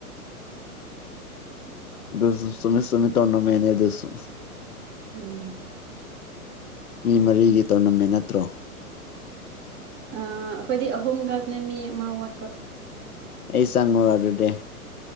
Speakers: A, on the left; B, on the right.
A: ꯑꯗꯨꯖꯨ ꯆꯨꯝꯃꯦ ꯆꯨꯝꯃꯦ ꯇꯣꯔꯅꯥꯃꯦꯟꯅꯦ ꯑꯗꯨꯖꯨ
B: ꯎꯝ
A: ꯃꯤ ꯃꯔꯤꯒꯤ ꯇꯣꯔꯅꯥꯃꯦꯟ ꯅꯠꯇ꯭ꯔꯣ
B: ꯑ ꯑꯩꯈꯣꯏꯗꯤ ꯑꯍꯨꯝ ꯈꯛꯅꯦ ꯃꯤ ꯑꯃ ꯋꯥꯠꯄ
A: ꯑꯩ ꯆꯪꯉꯨꯔ ꯑꯗꯨꯗꯤ